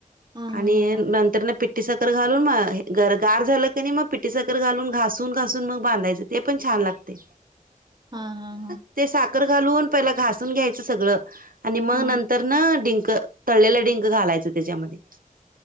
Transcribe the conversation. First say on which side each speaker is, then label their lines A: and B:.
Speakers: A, on the right; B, on the right.
A: हा
B: आणि
A: हा हा हा
B: नंतरनं पिट्टी साखर घालून गार झालं की नाय मग पिट्टी साखर घालून, घासून घासून मग बांधायचं. ते पण छान लागतंय.
A: हा हा
B: <unintelligible> ते सात घालून पहिलं घासून घ्यायचं सगळं आणि मग
A: हा
B: नंतरनं डिंक, तळलेलं डिंक घालायचं त्याच्यामध्ये.